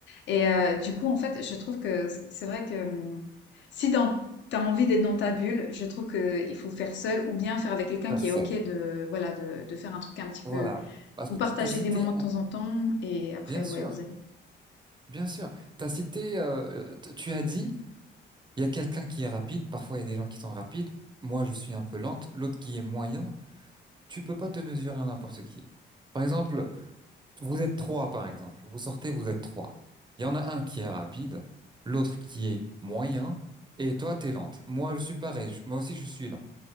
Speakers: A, on the left; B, on the right.
A: Et euh, du coup, en fait, je trouve que c- c'est vrai que hum, si dans T'as envie d'être dans ta bulle, je trouve que euh, il faut faire seul ou bien faire avec quelqu'un
B: personne.
A: qui est OK de, voilà, de, de faire un truc un petit
B: Voilà.
A: peu.
B: Parce
A: Vous
B: que
A: partagez
B: tu as cité,
A: des moments de
B: un-
A: temps en temps et après,
B: bien
A: ouais,
B: sûr,
A: vous allez.
B: bien sûr, tu as cité, euh, euh, t- tu as dit, il y a quelqu'un qui est rapide, parfois il y a des gens qui sont rapides, moi je suis un peu lente, l'autre qui est moyen, tu peux pas te mesurer à n'importe qui. Par exemple, vous êtes trois, par exemple, vous sortez, vous êtes trois. Il y en a un qui est rapide, l'autre qui est moyen, et toi, tu es lente. Moi, je suis pareil, je- moi aussi je suis lente.